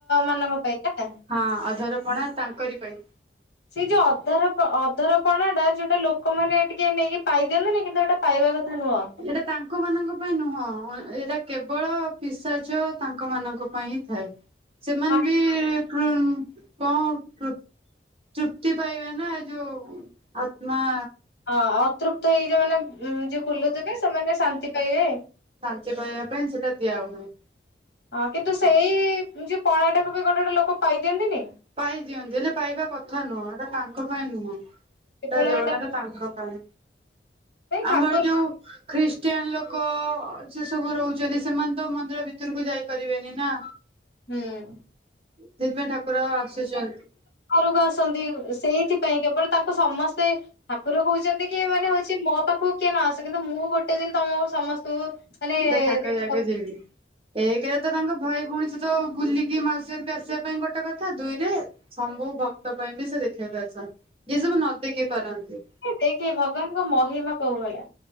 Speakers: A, on the left; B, on the right.
A: ମାନଙ୍କ ପାଇଁ ନା?
B: ହଁ ଅଧରପଣା ତାଙ୍କରି ପାଇଁ।
A: ସେଇ ଯୋଉ ଅଧର ଅଧରପଣାଟା ଯୋଉଟା ଲୋକମାନେ ଟିକେ ନେଇକି ପାଇଦିଅନ୍ତିନି କିନ୍ତୁ ଏଟା ପାଇବା କଥା ନୁହଁ।
B: ଏଇଟା ତାଙ୍କ ମାନଙ୍କ ପାଇଁ ନୁହଁ ଏଇଟା କେବଳ ପିସାଚ ତାଙ୍କ ମାନଙ୍କ ପାଇଁ ହିଁ ଥାଏ। ସେମାନେ
A: ହଁ
B: ବି କଣ ତୃ ଚୁକ୍ତି ପାଇବେ ନା ଏ ଯୋଉ ଆତ୍ମା
A: ହଁ ଅତୃପ୍ତ ହେଇ ଯୋଉମାନେ ଯଉ ବୁଲୁଥିବେ ସେମାନେ ଶାନ୍ତି ପାଇବେ।
B: ଶାନ୍ତି ପାଇବା ପାଇଁ ସେଟା ଦିଆ ହୁଏ।
A: ହଁ କିନ୍ତୁ ସେଇ ଯେଉଁ ପଣାଟାକୁ ବି ଗୋଟେ ଗୋଟେ ଲୋକ ପାଇଦିଅନ୍ତିନି।
B: ପାଇଦିଅନ୍ତି ହେଲେ ପାଇବା କଥା ନୁହଁ ଏଟା ତାଙ୍କ ପାଇଁ ନୁହଁ।
A: କେବଳ
B: ତା ଜଗନ୍ନାଥ
A: ଏଇଟା
B: ତାଙ୍କ ପାଇଁ
A: ପାଇଁ ଠାକୁର
B: ଆମର ଯୋଉ ଖ୍ରୀଷ୍ଟିଆନ ଲୋକ ସେ ସବୁ ରହୁଛନ୍ତି ସେମାନେ ତ ମନ୍ଦିର ଭିତରକୁ ଯାଇପାରିବେନି ନା।
A: ହୁଁ
B: ସେଥିପାଇଁ ଠାକୁର ଆସୁଛନ୍ତି।
A: ଘରକୁ ଆସନ୍ତି ସେଇଥିପାଇଁ କେବଳ ତାଙ୍କୁ ସମସ୍ତେ ଠାକୁର କହୁଛନ୍ତି କି ମାନେ ହଉଛି ମୋ ପାଖକୁ କିଏ ନ ଆସ କିନ୍ତୁ ମୁଁ ଗୋଟେ ଦିନ ତମ ସମସ୍ତଙ୍କୁ ମାନେ
B: ଦେଖା କରିବାକୁ
A: ଦେଖିବାକୁ ଯିବି।
B: ଏକରେ ତ ତାଙ୍କ ଭାଇ ଭଉଣୀ ସଇତ ବୁଲିକି ମାଉସୀଅରକୁ ଆସିବା ପାଇଁ ଗୋଟେ କଥା ଦୁଇରେ ସମ୍ବୁ ଭକ୍ତ ପାଇଁ ବି ସେ ଦେଖେଇ ପାରିଛନ୍ତି ଯିଏ ସବୁ ନ ଦେଖି ପାରନ୍ତି।
A: ଦେଖେ ଭଗବାନଙ୍କ ମହିମା କୋଉ ଭଳିଆ